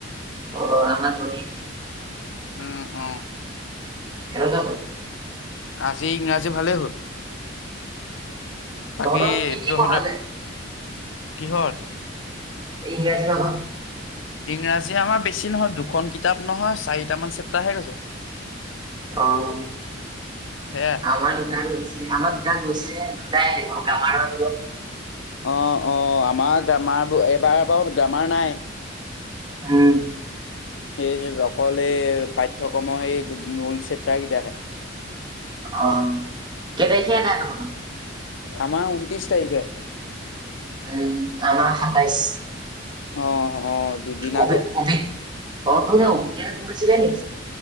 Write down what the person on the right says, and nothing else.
অ আমাৰ গনিত।
কেনকা হ'ল?
তহঁত কি কি
পঢ়ালে?
ইংৰাজী আক।
অ আমাৰ
দুটা গৈছে আমাৰ দুটা গৈছেহে দুটাই আহিব। অমাৰো আহিব
উম
অ কেটাইখে এদাই হ'ব
উম তাৱা সাতাইশ
অবি
অভি। ত ত অভি ভুগিছিলে নি।